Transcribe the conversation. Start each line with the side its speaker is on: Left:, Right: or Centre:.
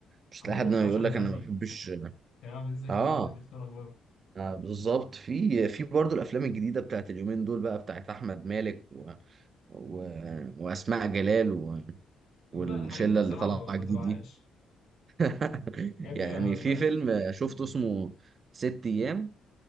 Right: مش
Left: هو
Right: هتلاقي حد
Left: بصراحة
Right: يقول
Left: عشان
Right: لك
Left: ذكي
Right: انا ما بحبش
Left: كريم عبد العزيز ذكي
Right: اه
Left: جدا بيختار أدواره
Right: آه، بالظبط في في برضه الافلام الجديده بتاعت اليومين دول بقى بتاعت احمد مالك و... و... واسماء جلال و... والشله
Left: لا الحاجات دي بصراحة
Right: اللي طالعه
Left: ما ما
Right: جديد
Left: تبعهاش
Right: دي <laughs>
Left: الحاجات دي
Right: يعني
Left: ما تبعهاش
Right: في فيلم شفته اسمه ست ايام